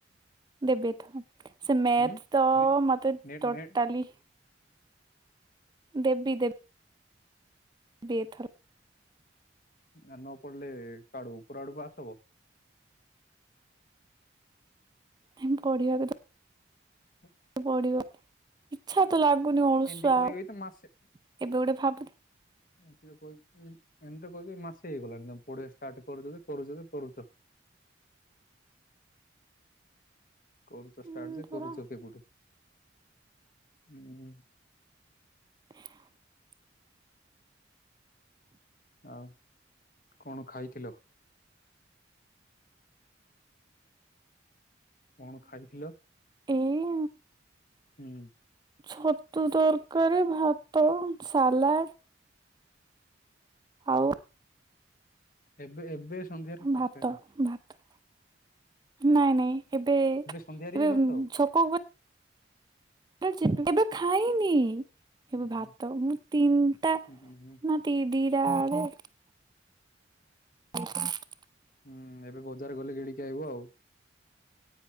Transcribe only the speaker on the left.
ହୁଁ
ନେ
ନେଟ୍
ନେଟ୍
ଆଉ ନ ପଡିଲେ କୁଆଡୁ ଉପର ଆଡୁ ବା ପାସ୍ ହବ।
<unintelligible>
ଏମିତି କହି
କହି ତ ମାସେ
<unintelligible> ଏମିତି କହିକି ମାସେ ହେଇଗଲାଣି ତମେ ପଢିବା ଷ୍ଟାର୍ଟ କରୁଛ ଯେ କରୁଛ ଯେ କରୁଛ। କରୁଛ ଷ୍ଟାର୍ଟ
ଯେ
କରୁଛ କେବେଠୁ ହୁଁ ହୁଁ।
ଆଉ କଣ ଖାଇଥିଲ? କଣ ଖାଇଥିଲ?
ହୁଁ।
ଏବେ ଏବେ ସନ୍ଧ୍ୟାରେ କିଛି
ଖାଇନ?
ସନ୍ଧ୍ୟାରେ ବି ଭାତ?
ହୁଁ
ହୁଁ
ହୁଁ ହୁଁ ହୁଁ
ହୁଁ ଏବେ ବଜାର ଗଲେ ଗିଳିକି ଆଇବ ଆଉ।